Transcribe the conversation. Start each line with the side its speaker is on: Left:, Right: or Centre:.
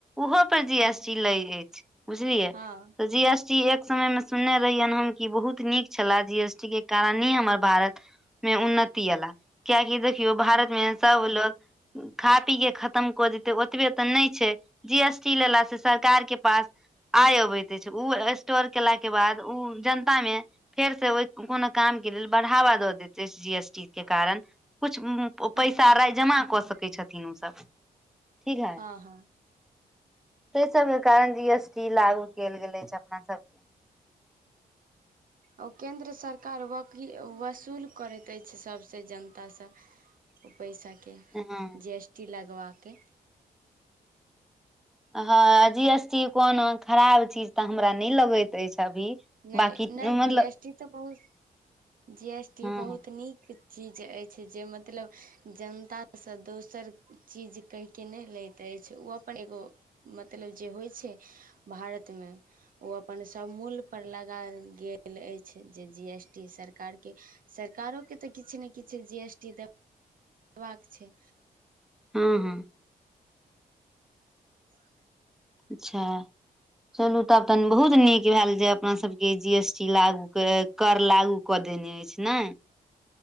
Centre: ओहो पर जी
Right: हँ
Centre: एस टी लैग जाय छै बुझलियै
Right: हँ
Centre: तऽ जी एस एक समयमे सुनने रहियनि हम कि बहुत नीक छलै जी एस टी केँ कारणिएं हमर भारत मे उन्नति एला कियाकि देखियौ
Right: हँ
Centre: भारतमे सब लोक खा पी के खतम कऽ देतै ओतबे तऽ नै छै जी एस टी लेलासँ सरकार केँ पास आय अबैत अछि ओ स्टोर केला के बाद ओ जनता मे फेर से ओहि कोनो काम केँ लेल बढ़ावा दऽ देतै जी एस टी केँ कारण कुछ
Right: हँ
Centre: पैसा राय जमा कऽ सकै छथिन ओसभ ठीक है
Right: हँ हँ
Centre: <inaudible> तै सबके कारण जी एस टी लागू कैल गेल अइछ अपना सब केँ
Right: ओ केन्द्र सरकार वकी वसूल करैत अछि सभसँ जनतासँ ओ पैसा केँ
Centre: उ हाँ
Right: जी एस टी लगबा केँ
Centre: हँ जी एस टी कोनो खराब चीज तऽ हमरा नै लगैत अछि अभी
Right: नहि
Centre: बाकी
Right: नहि
Centre: मतलब
Right: जी एस टी तऽ बहुत जी एस टी
Centre: हँ
Right: बहुत नीक चीज अइछ जे मतलब जनतासँ दोसर चीज कहि केँ नहि लैत अछि ओ अपन एगो मतलब जे होइ छै भारतमे ओ अपन सब मूल पर लगा गेल ऐछ जे जी एस टी सरकार के सरकारो के तऽ किछ ने किछ जी एस टी दे दबाक छै
Centre: <unintelligible>
Right: <inaudible>
Centre: अच्छ चलू तब तन बहुत नीक भैल जे अपना सब के जी एस टी लागू कर लागू क देने अछि ऐछ नै